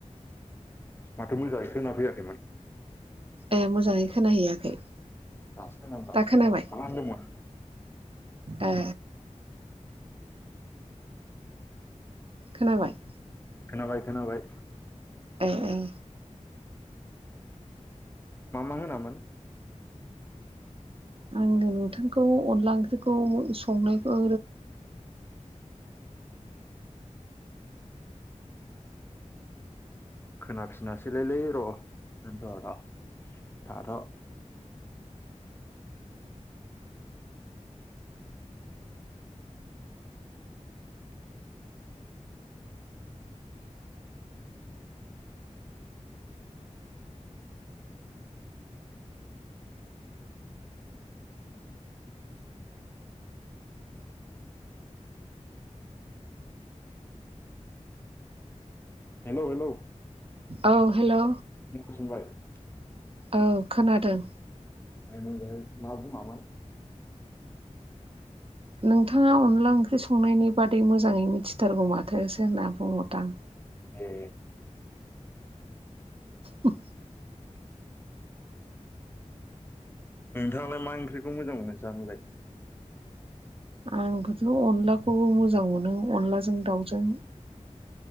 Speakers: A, on the left; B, on the right.
A: माथो मोजाङै खोना फैयाखैमोन।
B: ए मोजाङै खोनाहैयाखै
A: दासो खोनादों दासो
B: दा
A: खोनादों
B: खोनाबाय
A: मा होनदोंमोन?
B: ए खोनाबाय
A: खोनाबाय खोनाबाय।
B: ए ए
A: मा मा होनामोन?
B: आङो नोंथांखौ अनला ओंख्रिखौ संनायखौ
A: खोनाफिनासैलै र दोनथ र थाथ हेलौ हेलौ
B: औ हेलौ
A: <unintelligible>
B: औ खोनादों।
A: <unintelligible> मा बुङामोन?
B: नोंथाङा अनला ओंख्रि संनायनि बादै मोजाङै मिथिथारगौ माथोसो होनना बुंहरदां।
A: ए
B: उम
A: नोंथाङालाय मा ओंख्रिखौ मोजां मोनो जानोलाय?
B: आंबोथ अनलाखौबो मोजां मोनो अनलाजों दाउजों।